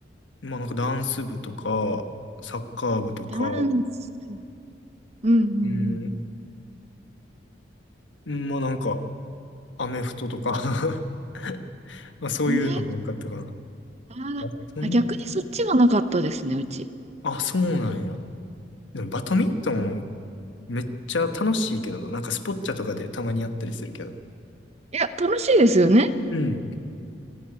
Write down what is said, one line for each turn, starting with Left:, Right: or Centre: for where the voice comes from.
Left: まあなんかダンス部とか、サッカー部とか、
Right: ダンス。うんうんう
Left: うん、
Right: ん
Left: まあなんか、アメフトとか <laughs> まあそういうのが多かったかな。
Right: うん。アメあーあ、
Left: バドミン
Right: 逆にそっちがなかったですね、うち。
Left: あ、そうなんや。でもバドミントン
Right: うん。い
Left: めっちゃ楽しいけどな。なんかスポッチャとかでたまにやったりするけど。
Right: や、楽しいですよね。
Left: うん。